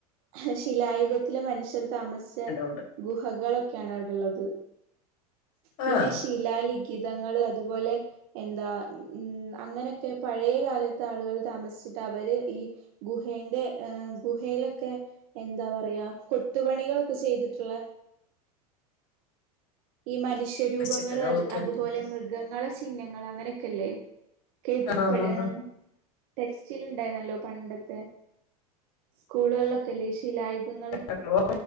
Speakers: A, on the right; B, on the left.
A: ഹെ ശിലായുഗത്തിലെ മനുഷ്യർ താമസിച്ച
B: ഉണ്ട്
A: ഗുഹകളൊക്കെയാണ് അവിടെള്ളത്. പിന്നെ
B: ആഹ്
A: ശിലാലിഖി തങ്ങള് അതുപോലെ എന്താ ഉം അങ്ങനെയൊക്കെ പഴയ കാലത്ത് ആളുകൾ താമസിച്ചിട്ട അവര് ഈ ഗുഹെന്റെ ഏഹ് ഗുഹയിലൊക്കെ എന്താ പറയാ കൊത്തുപണികളൊ ക്കെ ചെയ്തിട്ടുള്ള ഈ മനുഷ്യരൂപങ്ങൾ
B: വെച്ചിട്ട്
A: അത്
B: ഓക്കെ
A: അതുപോലെ
B: ഓക്കെ ഓക്കെ
A: മൃഗങ്ങളെ ചിഹ്നങ്ങൾ അങ്ങനെക്കെല്ലേ <unintelligible>
B: ആഹ് ആഹ്
A: ടെക്സ്റ്റിൽ ഇണ്ടായിരുന്നല്ലോ പണ്ടത്തെ സ്കൂളുകളിലൊക്കെല്ലേ ശിലായു ങ്ങള്
B: ആഹ്